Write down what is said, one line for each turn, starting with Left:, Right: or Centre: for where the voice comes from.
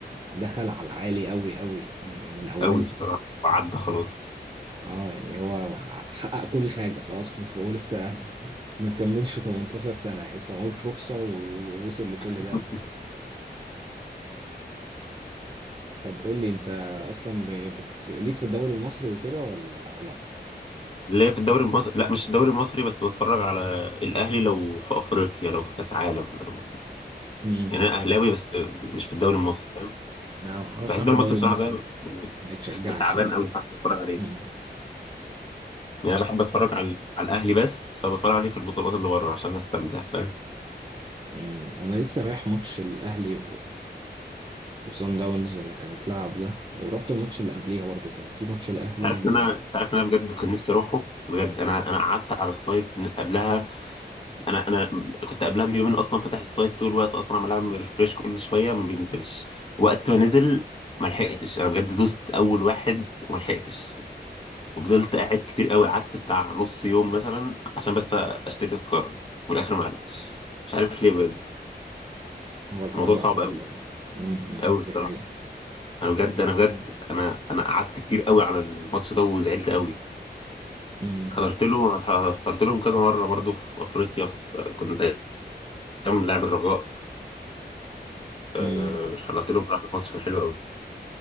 Right: دخل على العالي قوي قوي من من اول
Left: قوي بصراحه وعدى خلاص
Right: اه يعني هو حقق كل حاجه خلاص في في هو لسه ما كملش 18 سنه يعني لسه معهوش رخصه ووصل لكل
Left: <laughs>
Right: ده ف... طب قول لي انت اصلا ب- بت... ليك في الدوري المصري وكده ولا لا
Left: اللي هي في الدوري المصري لا مش الدوري المصري بس بتفرج على الاهلي لو في افريقيا لو في كاس عالم لو...
Right: امم
Left: يعني انا اهلاوي بس مش في الدوري المصري فاهم
Right: لا أنا بصراحه
Left: بحس الدوري
Right: الدوري
Left: المصري بصراحه
Right: المصري
Left: بقى يعني
Right: ما يتشجعش
Left: تعبان
Right: لا
Left: قوي صعب اتفرج عليه
Right: امم
Left: يعني انا بحب اتفرج على على الاهلي بس فبتفرج عليه في البطولات اللي بره عشان استمتع فاهم
Right: أمم، <laughs> انا لسه رايح ماتش الاهلي وصن داونز اللي كانت لعب ده ورحت الماتش اللي قبليها برضو كان في ماتش الأهلي
Left: تعرف
Right: وهو
Left: ان انا تعرف ان انا بجد كنت نفسي اروحه بجد انا انا قعدت على السايت من قبلها انا انا كنت قبلها بيومين اصلا فاتح السايت طول الوقت اصلا عمال ريفريش كل شويه ما بينزلش وقت ما نزل ما لحقتش انا بجد دوست اول واحد وما لحقتش وفضلت قاعد كتير قوي قعدت بتاع نص يوم مثلا عشان بس اشتري تذكره وفي الاخر ما عرفتش مش عارف ليه بجد
Right: الحوار
Left: الموضوع
Right: بقى
Left: صعب
Right: صعب
Left: قوي
Right: أوي امم
Left: قوي بصراحه
Right: دي حقيقة
Left: انا بجد انا بجد انا انا قعدت كتير قوي على الماتش ده وزعلت قوي
Right: امم
Left: حضرت له حضرت لهم كذا مرة برضو في أفريقيا في كنت أيام لاعب الرجاء آه،
Right: امم
Left: حضرت لهم بصراحة ماتش كان حلو أوي